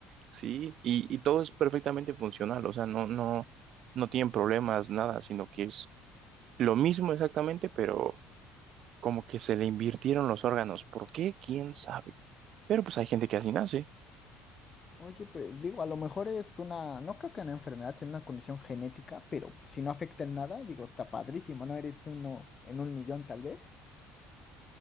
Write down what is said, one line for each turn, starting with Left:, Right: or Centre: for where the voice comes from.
Right: ¿sí? Y, y todo es perfectamente funcional, o sea, no, no, no tienen problemas, nada, sino que es lo mismo exactamente, pero como que se le invirtieron los órganos. ¿Por qué? ¿Quién sabe? Pero pues hay gente que así nace.
Left: Oye, pues digo, a lo mejor es una, no creo que una enfermedad, sino una condición genética, pero si no afecta en nada, digo, está padrísimo, ¿no? Eres uno en un millón tal vez.